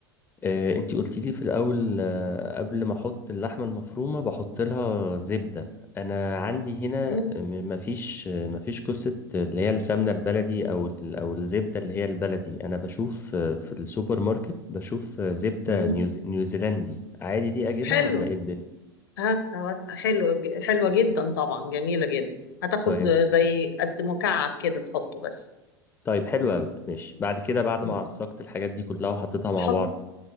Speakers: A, on the left; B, on the left.
A: آه، انتي قلت لي في الاول آه، قبل ما احط اللحمه المفرومه بحط لها زبده انا عندي هنا
B: مم.
A: م- مفيش مفيش قصه اللي هي السمنه البلدي او ال- او الزبده اللي هي البلدي انا بشوف آه، في السوبر ماركت بشوف آه، زبده
B: مم.
A: نيوز نيوزيلندي عادي دي اجيبها
B: حلو
A: ولا ايه الدنيا
B: هات هات حلوة ج- حلوة جدا طبعا جميلة جدا هتاخد
A: طيب
B: زي قد مكعب كده تحطه بس
A: طيب حلو قوي ماشي بعد كده بعد
B: مم.
A: ما عصقت الحاجات دي كلها وحطيتها مع
B: حط
A: بعض